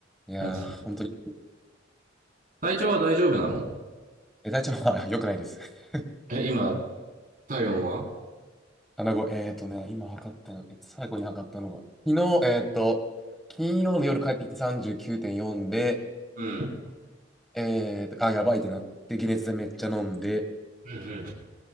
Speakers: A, in the centre; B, on the right.
A: いやー、
B: さてさて。
A: 本当に。
B: 体調は大丈夫なの
A: え、体調は <laughs> 良くないです。<laughs>
B: え、今、体温は
A: 穴子、えーとね、今測ったの、最後に測ったのが、昨日、えーと、金曜の夜帰ってきて39.4で、
B: うん。
A: えーと、あ、やばいってなって、解熱剤めっちゃ飲んで、
B: うん